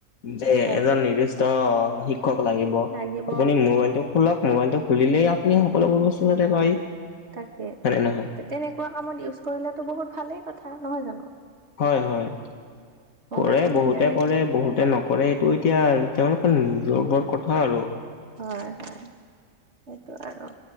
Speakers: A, on the left; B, on the right.
A: যে
B: হয়
A: এজন নিৰ্দিষ্ট। অ' শিক্ষক লাগিব
B: লাগিব
A: আপুনি মোবাইলটোক। খোলক মোবাইলটো খুলিলেই আপুনি সকলোবোৰ বস্তু তাতে পায়।
B: তাকে
A: হয়নে নহয়?
B: তেনেকোৱা কামত ইউজ কৰিলে বহুত ভালেই কথা নহয় জানো।
A: হয়, হয়
B: মোবাইলটো
A: কৰে বহুতে
B: যদি আমি
A: কৰে বহুতে নকৰে। কৰে এইটো এতিয়া তেওঁলোকৰ নিজৰ ওপৰত কথা আৰু
B: হয়, হয় সেইটো আৰু